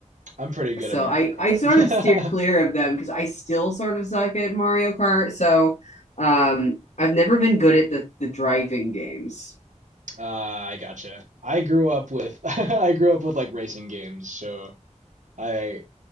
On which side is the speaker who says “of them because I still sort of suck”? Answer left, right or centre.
Left